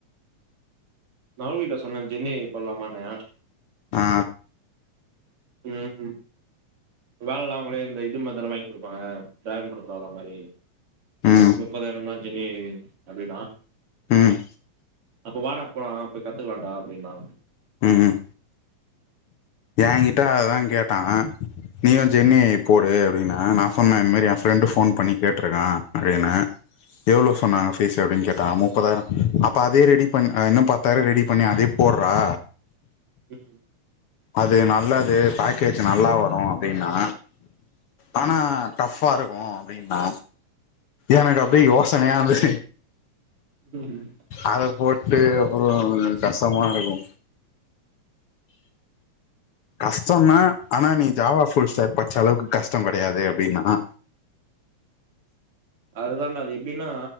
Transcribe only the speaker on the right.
நானு வீட்லே சொன்னே ஜெம்னி ஏ ஐ போட்லாமானு
ம் வேல்லா அவுங்களே இந்த இது மார் தான வாய்ங் குடுப்பாங்க பேங்ல்ருக்கற வேல மாரி
முப்பதாய்ரோன்னா ஜெம்னி ஏ ஐ அப்டின்னா
அப்ப வாடா போலா போய் கத்துக்கலான்டா அப்டின்னா
ம்
ம்
ம்
ம்
அதுதான்டா அது எப்டின்னா